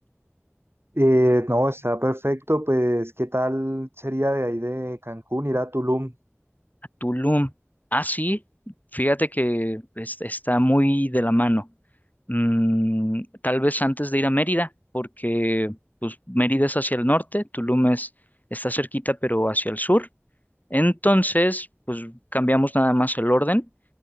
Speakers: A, on the right; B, on the left.
A: Eh, no, está perfecto. Pues, ¿qué tal sería de ahí de Cancún ir a Tulum?
B: Tulum. Ah, sí, fíjate que es- está muy de la mano. Mm, tal vez antes de ir a Mérida, porque pues, Mérida es hacia el norte, Tulum es, está cerquita, pero hacia el sur. Entonces, pues cambiamos nada más el orden.